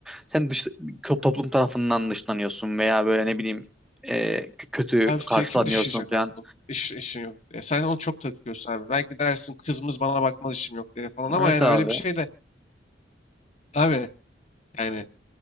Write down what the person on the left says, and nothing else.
Abi
seni kim dışlayacak
abi? Bu İş, işin yok diye. Sen onu çok takıyorsun abi. Belki dersin kızımız bana bakmaz işim yok diye falan
ama yani
öyle bir şey de abi yani